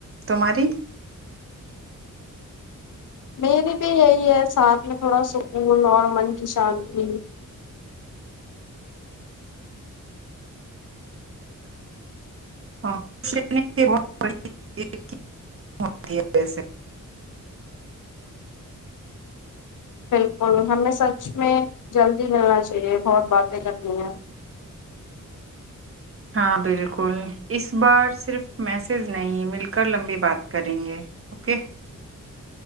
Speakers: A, on the right (about 45°); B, on the left (about 70°).
A: تمہاری
B: میری بھی یہی ہے ساتھ میں تھوڑا سکون اور من کی شانتی
A: ہاں خوش رہنے بڑیسے
B: بالکل ہمیں سچ میں جلدی ملنا چاہیے بہت باتیں کرنی ہیں
A: ہاں بالکل اس بار صرف میسج نہیں مل کر لمبی بات کریں گے اوکے